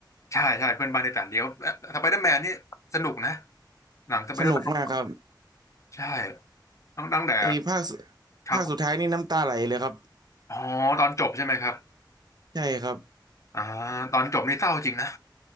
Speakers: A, on the left; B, on the right.
A: ใช่ใช่เพื่อนบ้านในต่างเดียวสไปเดอร์แมนนี่สนุกนะหนังสไปเดอร์แมน
B: สนุกมากครับ
A: ใช่ตั้งตั้งแต่
B: ไอ้ภาคสุ
A: ครับผม
B: ภาคสุดท้ายนี่น้ำตาไหลเลยครับ
A: อ๋อตอนจบใช่ไหมครับ
B: ใช่ครับ
A: อ่าตอนจบนี่เศร้าจริงนะ